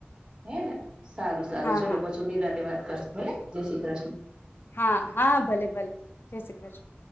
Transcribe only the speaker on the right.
હે ને સારું સારું
ચલો
પછું નિરાતે વાત કરશું ભલે. જય શ્રી કૃષ્ણ.